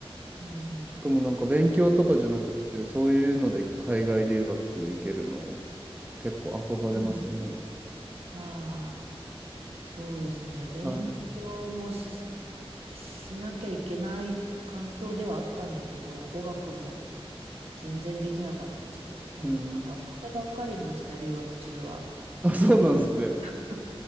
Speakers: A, on the right (about 75°); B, on the right (about 15°).
A: うん。
B: しかもなんか勉強とかじゃなくって、そういうので海外留学行けるの、結構憧れますね。
A: うん。ああ、そうですね。勉強もす
B: はい。
A: しなきゃいけない環境ではあったんだけど、語学も全然できなかったし、でもなんか遊んでばっかりいました、
B: うん。
A: 留学中は。
B: あ、そうなんですね。
A: <laughs>